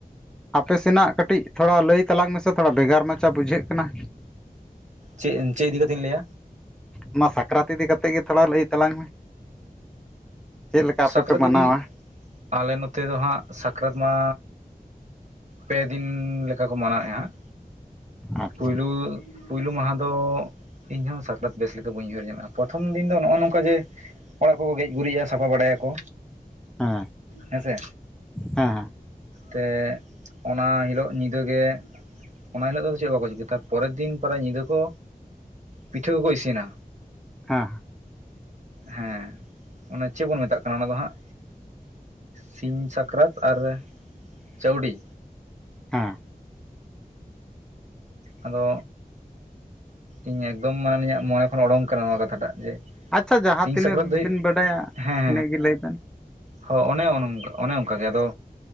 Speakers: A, in the centre; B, on the right.
A: ᱟᱯᱮ ᱥᱮᱱᱟᱜ ᱠᱟᱹᱴᱤᱡ ᱛᱷᱚᱲᱟ ᱞᱟᱹᱭ ᱛᱟᱞᱟᱝ ᱢᱮᱥᱮ ᱛᱷᱚᱲᱟ ᱵᱷᱮᱜᱟᱨ ᱢᱟᱪᱷᱟ ᱵᱩᱡᱷᱟᱹᱜ ᱠᱟᱱᱟ
B: ᱪᱮᱫ ᱪᱮᱫ ᱤᱫᱤ ᱠᱟᱛᱮᱧ ᱞᱟᱹᱭᱟ
A: ᱚᱱᱟ ᱥᱟᱠᱨᱟᱛ ᱤᱫᱤ ᱠᱟᱛᱮᱫ ᱜᱮ ᱛᱷᱚᱲᱟ ᱞᱟᱹᱭ ᱛᱟᱞᱟᱝ ᱢᱮ ᱪᱮᱫ ᱞᱮᱠᱟ
B: ᱥᱟᱠᱨᱟᱛ
A: ᱟᱯᱮ ᱯᱮ ᱢᱟᱱᱟᱣᱟ
B: ᱤᱫᱤ ᱟᱞᱮ ᱱᱚᱛᱮ ᱫᱚ ᱦᱟᱸᱜ ᱥᱟᱠᱨᱟᱛ ᱢᱟ ᱯᱮ ᱫᱤᱱ ᱞᱮᱠᱟ ᱠᱚ ᱢᱟᱱᱟᱣᱮᱫᱼᱟ ᱦᱟᱸᱜ
A: ᱟᱪᱪᱷᱟ
B: ᱯᱳᱭᱞᱳ ᱯᱳᱭᱞᱳ ᱢᱟᱦᱟ ᱫᱚ ᱤᱧ ᱦᱚᱸᱚᱸ ᱥᱟᱠᱨᱟᱛ ᱵᱮᱥ ᱞᱮᱠᱟ ᱵᱟᱧ ᱩᱭᱦᱟᱹᱨ ᱧᱟᱢᱮᱫᱼᱟ ᱯᱨᱚᱛᱷᱚᱢ ᱫᱤᱱ ᱫᱚ ᱱᱚᱜᱼᱚ ᱱᱚᱝᱠᱟ ᱡᱮ ᱚᱲᱟᱜ ᱠᱚᱠᱚ ᱜᱮᱡ ᱜᱩᱨᱤᱡᱼᱟ ᱥᱟ ᱠᱚ ᱵᱟᱲᱟᱭᱟᱠᱚ
A: ᱦᱮᱸ
B: ᱦᱮᱸᱥᱮ
A: ᱦᱮᱸ ᱦᱮᱸ
B: ᱛᱮ ᱚᱱᱟ ᱦᱤᱞᱳᱜ ᱧᱤᱫᱟᱹ ᱜᱮ ᱚᱱᱟ ᱦᱤᱞᱳᱜ ᱫᱚ ᱪᱮᱫ ᱵᱟᱠᱚ ᱪᱤᱠᱟᱸᱭᱟ ᱛᱟᱨ ᱯᱚᱨᱮᱨ ᱫᱤᱱ ᱯᱚᱨᱮ ᱧᱤᱫᱟᱹ ᱠᱚ ᱯᱤᱴᱷᱟᱹ ᱠᱚᱠᱚ ᱤᱥᱤᱱᱟ
A: ᱦᱮᱸ
B: ᱦᱮᱸ ᱚᱱᱮ ᱪᱮᱫ ᱵᱚᱱ ᱢᱮᱛᱟᱜ ᱠᱟᱱᱟ ᱚᱱᱟ ᱫᱚ ᱦᱟᱸᱜ ᱥᱤᱧ ᱥᱟᱠᱨᱟᱛ ᱟᱨ ᱪᱟᱹᱣᱰᱤ
A: ᱦᱮᱸ
B: ᱟᱫᱚ ᱤᱧ ᱮᱠᱫᱚᱢ ᱢᱟᱱᱮ ᱤᱱᱟᱜ ᱢᱚᱱᱮ ᱠᱷᱚᱱ ᱳᱰᱚᱝ ᱠᱟᱱᱟ ᱱᱚᱣᱟ ᱠᱟᱛᱷᱟᱴᱟᱜ ᱡᱮ
A: ᱟᱪᱪᱷᱟ ᱡᱟᱦᱟᱸ
B: ᱥᱤᱧ
A: ᱛᱤᱱᱟᱹᱜ
B: ᱥᱟᱠᱨᱟᱛ ᱫᱚ ᱦᱩᱭᱩᱜ
A: ᱵᱤᱱ ᱵᱟᱰᱟᱭᱟ
B: ᱦᱮᱸ
A: ᱤᱱᱟᱹᱜ ᱜᱮ ᱞᱟᱹᱭ ᱵᱮᱱ
B: ᱦᱮᱸᱦᱳ ᱚᱱ ᱚᱱᱮ ᱚᱱᱮ ᱚᱱᱠᱟᱜᱮ ᱟᱫᱚ